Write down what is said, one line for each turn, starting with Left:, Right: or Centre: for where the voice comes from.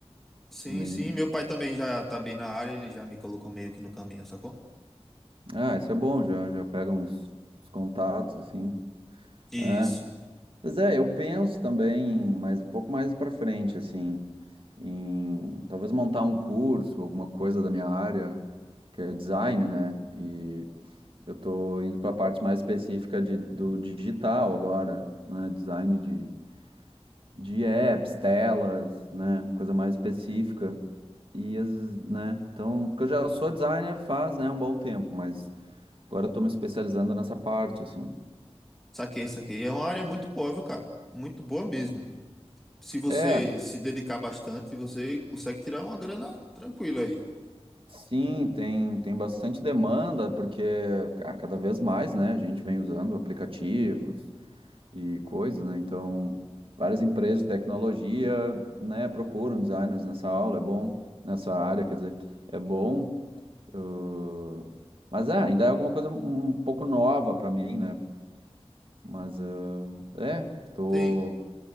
Centre: Sim,
Right: Nem...
Centre: sim. Meu pai também já tá bem na área, ele já me colocou meio que no caminho, sacou?
Right: Ah, isso é bom, já, já pega uns, uns contatos, assim.
Centre: Isso.
Right: É. Mas é, eu penso também, mas um pouco mais pra frente, assim, em talvez montar um curso, alguma coisa da minha área, que é design, né? E Eu tô indo para partes mais específicas de, do digital agora, né? Design de, de apps, telas, né? Coisa mais específica. E às vezes, né? Então, porque eu já sou designer faz, né, um bom tempo, mas agora eu tô me especializando nessa parte, assim.
Centre: Saquei, saquei. É uma área muito boa, viu, cara? Muito boa mesmo. Se você
Right: É,
Centre: se dedicar bastante, você consegue tirar uma grana tranquila aí.
Right: sim, tem, tem bastante demanda, porque ah, cada vez mais, né? A gente vem usando aplicativos. e coisas, né? Então, várias empresas de tecnologia, né, procuram designers nessa aula, é bom nessa área, quer dizer, é bom. ãh, mas é, ainda é alguma coisa um um pouco nova para mim, né? Mas ãh, é, tô
Centre: Sim,